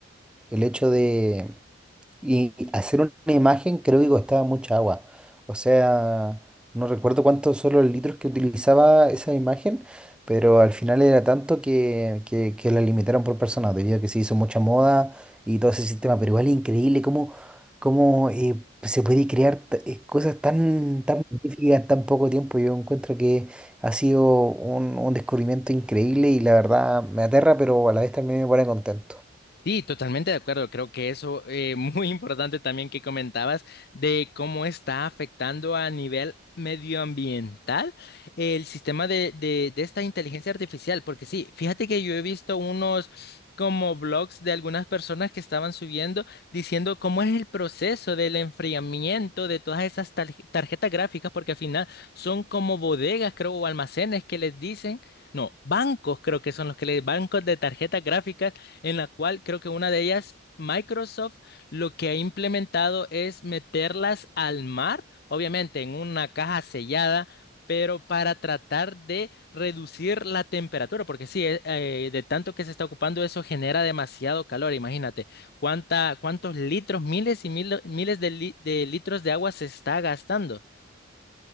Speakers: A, in the centre; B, on the left.
A: el hecho de, Y hacer una imagen creo que costaba mucha agua. O sea, no recuerdo cuántos son los litros que utilizaba esa imagen, pero al final era tanto que, que, que la limitaron por persona, debido a que se hizo mucha moda y todo ese sistema. Pero igual es increíble cómo, cómo eh, se puede crear t- eh, cosas tan, tan magníficas en tan poco tiempo. Yo encuentro que ha sido un, un descubrimiento increíble y la verdad me aterra, pero a la vez también me pone contento.
B: Sí, totalmente de acuerdo. Creo que eso eh, <laughs> muy importante también que comentabas de cómo está afectando a nivel medioambiental el sistema de, de, de esta inteligencia artificial. Porque sí, fíjate que yo he visto unos como blogs de algunas personas que estaban subiendo diciendo cómo es el proceso del enfriamiento de todas esas tar- tarjetas gráficas, porque al final son como bodegas, creo, o almacenes que les dicen, no, bancos creo que son los que les, bancos de tarjetas gráficas en la cual creo que una de ellas, Microsoft, lo que ha implementado es meterlas al mar, obviamente en una caja sellada. pero para tratar de reducir la temperatura, porque sí, eh, eh, de tanto que se está ocupando eso genera demasiado calor, imagínate cuánta, cuántos litros, miles y mil- miles de, li- de litros de agua se está gastando.